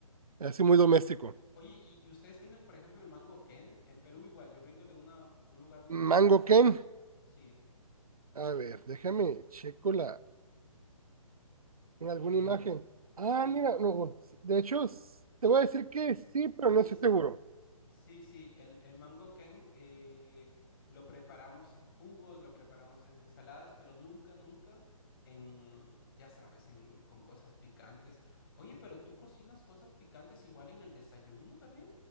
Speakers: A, on the right (about 80°); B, on the left (about 40°).
A: así muy doméstico.
B: Mm. Oye, ¿y, y ustedes tienen, por ejemplo, el mango Ken? En Perú igual, yo vengo de una, un lugar donde
A: Mango
B: producimos...
A: Ken,
B: Sí,
A: a ver, déjame checo la, en alguna
B: eh,
A: imagen. Ah,
B: sí,
A: mira,
B: por...
A: no, de hecho, s- te voy a decir que sí, pero no
B: sí,
A: estoy seguro.
B: Sí, sí, el, el mango ken eh, lo preparamos en jugos, lo preparamos en ensaladas, pero nunca, nunca en, ya sabes, en, con cosas picantes. Oye, pero tú cocinas cosas picantes igual en el desayuno también.